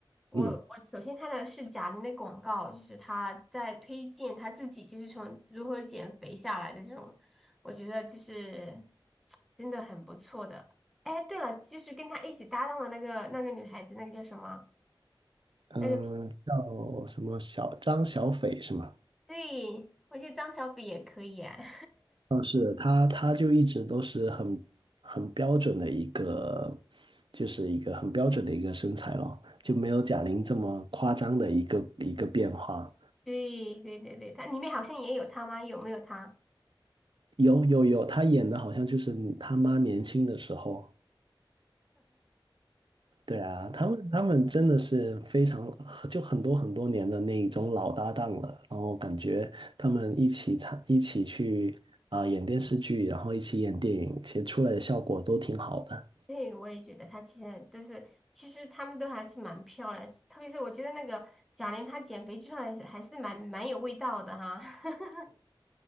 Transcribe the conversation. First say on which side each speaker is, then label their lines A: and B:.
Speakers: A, in the centre; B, on the right.
A: 我我首先看到的是贾玲的广告，
B: 嗯。
A: 就是她在推荐她自己，就是从如何减肥下来的这种，我觉得就是真的很不错的。哎，对了，就是跟她一起搭档的那个那个女孩子，那个叫什么？
B: 嗯，
A: 那个女
B: 叫什么小张小斐是吗？
A: 对，我觉得张小斐也可以啊。<laughs>
B: 嗯，是他，他就一直都是很很标准的一个，就是一个很标准的一个身材咯，就没有贾玲这么夸张的一个一个变化。
A: 对对对对，她里面好像也有她吗？有没有她？
B: 有有有，他演的好像就是他妈年轻的时候，对啊，他们他们真的是非常就很多很多年的那一种老搭档了，然后感觉他们一起参一起去啊、演电视剧，然后一起演电影，其实出来的效果都挺好的。
A: 对，我也觉得她其实都是，其实她们都还是蛮漂亮，特别是我觉得那个贾玲她减肥之后还是还是蛮蛮有味道的哈。<laughs>